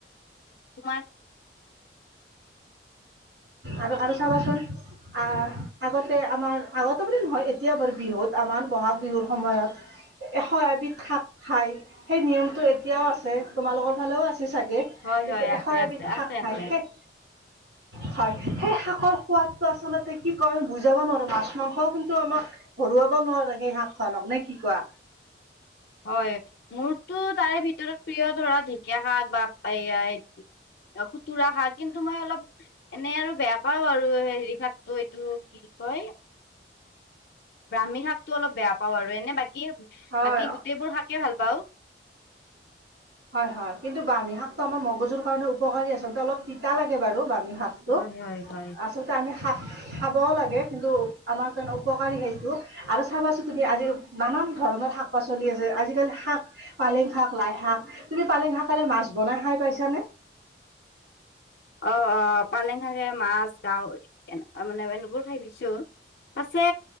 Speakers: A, on the left; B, on the right.
A: তোমাৰ।
B: আৰু আৰু চাবাচোন। আহ আগতে আমাৰ আগতে বুলি নহয় এতিয়া বাৰু বিহুত আমাৰ বহাগ বিহুৰ সময়ত। এশ এবিধ শাক খাই সেই নিয়মটো এতিয়াও আছে তোমালোকৰ ফালেও আছে। চাগে
A: হয়
B: কিন্তু
A: হয় আছে
B: এশ এবিধ
A: আছে আছে
B: হাক
A: আছে
B: নাই সেই।
A: <inaudible>
B: হয় সেই শাকৰ সোৱাদটো আচলতে কি কয় বুজাব নোৱাৰো মাছ মাংসও কিন্তু আমাক। হৰুৱাব নোৱাৰে সেই হাতখনক নে কি কোৱা।
A: হয় মোৰতো তাৰে ভিতৰত প্ৰিয় ধৰা ঢেকীয়া শাক বা। এইয়া খুতুৰা শাক কিন্তু মই অলপ এনে আৰু বেয়া পাও আৰু এই এই শাকটো এইটো কি কয় ব্ৰাহ্মী শাকটো অলপ বেয়া পাও আৰু এনে বাকী বাকী
B: হয়
A: গোটেইবোৰ শাকে ভাল পাও
B: হয় হয় কিন্তু ব্ৰাহ্মী শাকটো আমাৰ মগজুৰ কাৰণে উপকাৰী আচলতে অলপ তিতা লাগে বাৰু বা ক্ষ্মী শাকটো
A: হয় হয় হয়
B: আচলতে আমি শাক খাব লাগে কিন্তু আমাৰ কাৰণে উপকাৰী সেইটো আৰু চাবাচোন তুমি আজি নানান ন ধৰণৰ শাক পাচলি আছে আজিকালি শাক পালেং শাক লাই শাক তুমি পালেং শাকেৰে মাছ বনাই খাই পাইছানে
A: অ পালেং শাকে মাছ গাহৰি এনে মানে এনেবোৰ খাই পাইছো আছে